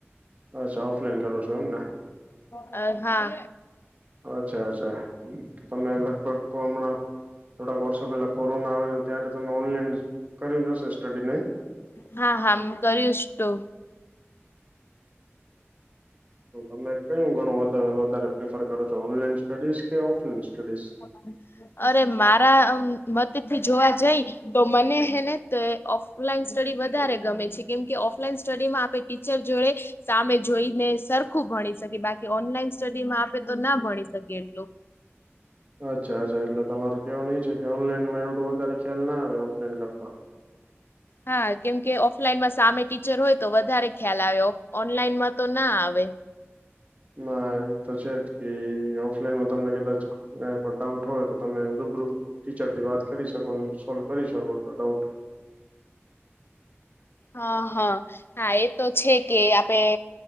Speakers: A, on the right; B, on the left.
A: અચ્છા ઓફલાઈન કરો છો એમ ને.
B: અ હા.
A: અચ્છા અચ્છા તમે લગભ હમણાં થોડાક વર્ષો પેલા કોરોના આવે ત્યારે તમે ઓનલાઈન કરી રહશે સ્ટડી નહી
B: હા હા કર્યુંશ તો
A: હ તમે કયું ગણું વધારે પ્રેફર કરો છો ઓનલાઈન સ્ટડીઝ કે, ઓફલાઈન સ્ટડીઝ
B: હ. અરે મારા મતે થી જોવા જઈ તો મને હેને ત ઓફ ઓફલાઈન સ્ટડી વધારે ગમે છે કેમ કે ઓફલાઈન સ્ટડીમાં આપણે ટીચર જોડે સામે જોઈને સરખું ભણી શકે બાકી ઓનલાઈન સ્ટડીમાં આપે તો ના ભણી શકી એટલું.
A: અચ્છા અચ્છા એટલે તમારે કેવો નઈ છે કે ઓનલાઈનમાં એવું વધારે ખ્યાલ ના આવે ઓફલાઈન કરતા. <inaudible>
B: હા કેમકે ઓફલાઈનમાં સામે ટીચર હોય તો વધારે ખ્યાલ આવે ઓનલાઈનમાં તો ના આવે.
A: ના એ તો છે જ કે ઓફલાઈનમાં તમને કદાચ પણ ડાઉટ હોય તો તમે રૂબરૂ ટીચર થી વાત કરી શકો સોલ્વ કરી શકો છો ડાઉટ.
B: હા હા હા એ તો છે કે આપણે.